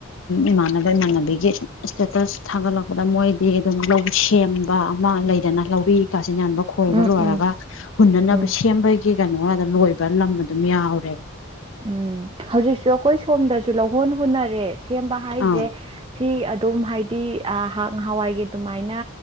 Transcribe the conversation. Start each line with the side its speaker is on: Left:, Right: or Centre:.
Left: ꯏꯃꯥꯟꯅꯕ ꯏꯃꯥꯟꯅꯕꯤꯒꯤ ꯏꯁꯇꯦꯇꯁ ꯊꯥꯒꯠꯂꯛꯄꯗ ꯃꯣꯏꯗꯤ ꯑꯗꯨꯝ ꯂꯧ ꯁꯦꯝꯕ ꯃꯥ ꯂꯩꯗꯅ ꯂꯧꯔꯤ ꯀꯥꯁꯤꯟ ꯌꯥꯟꯕ ꯈꯣꯏꯕ
Right: ꯎꯝ
Left: ꯂꯣꯏꯔꯒ
Right: ꯎꯝ
Left: ꯍꯨꯟꯅꯅꯕ
Right: ꯎꯝ
Left: ꯁꯦꯝꯕꯒꯤ ꯀꯩꯅꯣ ꯂꯣꯏꯕ ꯅꯝꯕ ꯑꯗꯨꯝ ꯌꯥꯎꯔꯦ
Right: ꯎꯝ ꯍꯧꯖꯤꯛꯁꯨ ꯑꯩꯈꯣꯏ ꯁꯣꯝꯗꯁꯨ ꯂꯧꯍꯣꯟ ꯍꯨꯅꯔꯦ ꯁꯦꯝꯕ ꯍꯥꯏꯁꯦ
Left: ꯑꯥꯎ
Right: ꯁꯤ ꯑꯗꯨꯝ ꯍꯥꯏꯗꯤ ꯅꯍꯥꯟꯋꯥꯏꯒꯤ ꯑꯗꯨꯃꯥꯏꯅ